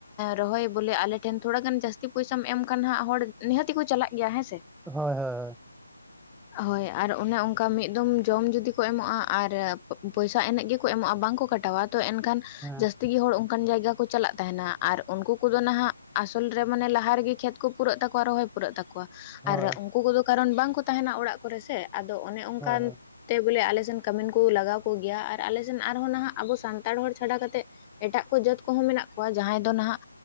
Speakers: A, on the left; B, in the centre.
A: ᱨᱚᱦᱚᱭ ᱵᱚᱞᱮ ᱟᱞᱮ ᱴᱷᱮᱱ ᱛᱷᱚᱲᱟ ᱜᱟᱱ ᱡᱟᱹᱥᱛᱤ ᱯᱩᱭᱥᱟᱢ ᱮᱢ ᱠᱷᱟᱱ ᱦᱟᱜ ᱦᱚᱲ ᱱᱤᱦᱟᱹᱛᱤᱜ ᱠᱚ ᱪᱟᱞᱟᱜ ᱜᱮᱭᱟ ᱦᱮᱸᱥᱮ
B: ᱦᱚᱭ ᱦᱚᱭ ᱦᱚᱭ
A: ᱦᱳᱭ ᱟᱨ ᱚᱱᱮ ᱚᱝᱠᱟ ᱢᱤᱫ ᱫᱚᱢ ᱡᱚᱢ ᱡᱩᱫᱤ ᱠᱚ ᱮᱢᱚᱜᱼᱟ ᱟᱨ ᱯᱚᱭᱥᱟ ᱮᱱᱮᱡ ᱜᱮᱠᱚ ᱮᱢᱚᱜᱼᱟ ᱵᱟᱝ ᱠᱚ ᱠᱟᱴᱟᱣᱟ ᱛᱚ ᱮᱱᱠᱷᱟᱱ
B: ᱦᱮᱸ
A: ᱡᱟᱹᱥᱛᱤ ᱛᱮᱜᱮ ᱦᱚᱲ ᱚᱝᱠᱟᱱ ᱡᱟᱭᱜᱟ ᱠᱚ ᱪᱟᱞᱟᱜ ᱛᱟᱦᱮᱱᱟ ᱟᱨ ᱩᱱᱠᱩ ᱠᱚᱫᱚ ᱱᱟᱦᱟᱜ ᱟᱥᱚᱞ ᱨᱮ ᱢᱟᱱᱮ ᱞᱟᱦᱟ ᱨᱮᱜᱮ ᱠᱷᱮᱛ ᱠᱚ ᱯᱩᱨᱟᱹᱜ ᱛᱟᱠᱚᱣᱟ ᱨᱚᱦᱚᱭ ᱯᱩᱨᱟᱹᱜ ᱛᱟᱠᱚᱣᱟ
B: ᱦᱳᱭ
A: ᱟᱨ ᱩᱱᱠᱩ ᱠᱚᱫᱚ ᱠᱟᱨᱚᱱ ᱵᱟᱝᱠᱚ ᱛᱟᱦᱮᱱᱟ ᱚᱲᱟᱜ ᱠᱚᱨᱮ ᱥᱮ ᱟᱫᱚ ᱚᱱᱮ ᱚᱝᱠᱟᱱ
B: ᱦᱳᱭ ᱦᱳᱭ
A: ᱛᱮ ᱵᱚᱞᱮ ᱟᱞᱮᱥᱱ ᱠᱟᱹᱢᱤᱱ ᱠᱚ ᱞᱟᱜᱟᱣ ᱠᱚᱜᱮᱭᱟ ᱟᱨ ᱟᱞᱮᱥᱱ ᱟᱨᱦᱚᱸ ᱱᱟᱦᱟᱜ ᱟᱵᱚ ᱥᱟᱱᱛᱟᱲ ᱦᱚᱲ ᱪᱷᱟᱰᱟ ᱠᱟᱛᱮᱫ ᱮᱴᱟᱜ ᱠᱚ ᱡᱟᱹᱛ ᱠᱚᱦᱚᱸ ᱢᱮᱱᱟᱜ ᱠᱚᱣᱟ ᱡᱟᱦᱟᱸᱭ ᱫᱚ ᱱᱟᱦᱟᱜ